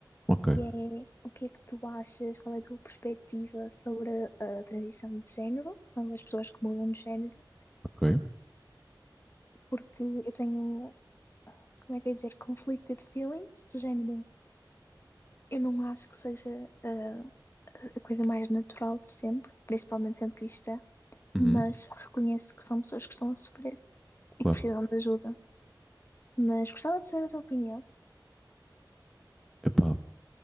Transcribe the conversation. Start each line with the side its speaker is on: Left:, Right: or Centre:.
Centre: Ok,
Left: que é o que é que tu achas, qual é a tua perspectiva sobre a transição de género, ou as pessoas que mudam de género,
Centre: ok.
Left: porque eu tenho, como é que eu ia dizer, conflicted feelings do género. Eu não acho que seja ah, a coisa mais natural de sempre, principalmente sendo cristã.
Centre: Uhum,
Left: mas reconheço que são pessoas que estão a sofrer
Centre: claro.
Left: e que precisam de ajuda. Mas gostava de saber a tua opinião.
Centre: Epá,